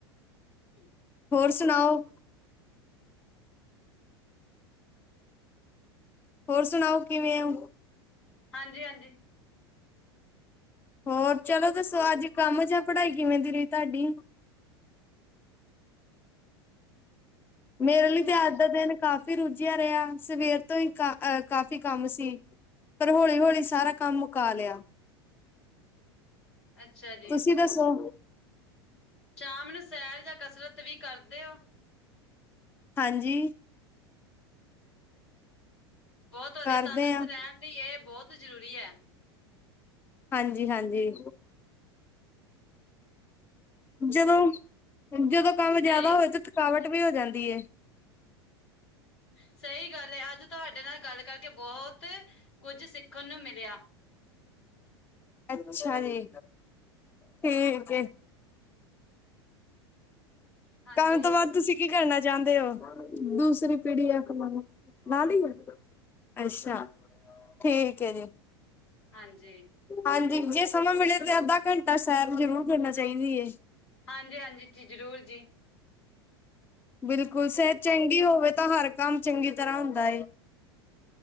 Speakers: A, on the left (about 80°); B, on the left (about 15°).
A: <inaudible>
B: ਹੋਰ ਸੁਣਾਓ। ਹੋਰ ਸੁਣਾਓ, ਕਿਵੇਂ ੳ?
A: ਹਾਂਜੀ, ਹਾਂਜੀ।
B: ਹੋਰ ਚਲੋ ਦੱਸੋ, ਅੱਜ ਕੰਮ ਜਾਂ ਪੜ੍ਹਾਈ ਕਿਵੇਂ ਦੀ ਰਹੀ ਤੁਹਾਡੀ? ਮੇਰੇ ਲਈ ਤੇ ਅੱਜ ਦਾ ਦਿਨ ਕਾਫ਼ੀ ਰੁੱਝਿਆ ਰਿਹਾ, ਸਵੇਰ ਤੋਂ ਹੀ ਕਾ ਅਹ ਕਾਫੀ ਕੰਮ ਸੀ। ਪਰ ਹੌਲੀ-ਹੌਲੀ ਸਾਰਾ ਕੰਮ ਮੁਕਾ ਲਿਆ।
A: ਅੱਛਾ ਜੀ
B: ਤੁਸੀਂ ਦੱਸੋ?
A: ਸ਼ਾਮ ਨੂੰ ਸੈਰ ਜਾਂ ਕਸਰਤ ਵੀ ਕਰਦੇ ਹੋ?
B: ਹਾਂਜੀ।
A: ਬਹੁਤ ਵਧੀਆ
B: ਕਰਦੇ
A: ਤੰਦਰੁਸਤ
B: ਆ
A: ਰਹਿਣ ਲਈ ਇਹ ਬਹੁਤ ਜ਼ਰੂਰੀ ਹੈ।
B: ਹਾਂਜੀ, ਹਾਂਜੀ। ਜਦੋਂ-ਜਦੋਂ ਕੰਮ ਜਿਆਦਾ
A: ਸਹੀ
B: ਹੋਵੇ ਤਾਂ, ਥਕਾਵਟ ਵੀ ਹੋ ਜਾਂਦੀ ਹੈ।
A: ਸਹੀ ਗੱਲ ਅੱਜ ਤੁਹਾਡੇ ਨਾਲ ਗੱਲ ਕਰਕੇ ਬਹੁਤ ਕੁਝ ਸਿੱਖਣ ਨੂੰ ਮਿਲਿਆ।
B: ਅੱਛਾ ਜੀ, ਠੀਕ ਹੈ।
A: ਹਾਂਜੀ
B: ਕਰਨ ਤੋਂ ਬਾਅਦ ਤੁਸੀਂ ਕੀ ਕਰਨਾ ਚਾਹੁੰਦੇ ਹੋ? ਦੂਸਰੀ ਪੀੜੀ ਆ ਕਮਾਉ ਨਾ ਲਈ ਆ। ਅੱਛਾ, ਠੀਕ ਹੈ ਜੀ।
A: ਹਾਂਜੀ,
B: ਹਾਂਜੀ, ਜੇ ਸਮਾਂ ਮਿਲੇ ਤੇ ਅੱਧਾ ਘੰਟਾ ਸੈਰ ਜ਼ਰੂਰ ਕਰਨਾ ਚਾਹੀਦੀ ਹੈ।
A: ਹਾਂਜੀ, ਹਾਂਜੀ ਜੀ, ਜ਼ਰੂਰ ਜੀ।
B: ਬਿਲਕੁਲ ਸਿਹਤ ਚੰਗੀ ਹੋਵੇ ਤਾਂ, ਹਰ ਕੰਮ ਚੰਗੀ ਤਰ੍ਹਾਂ ਹੁੰਦਾ।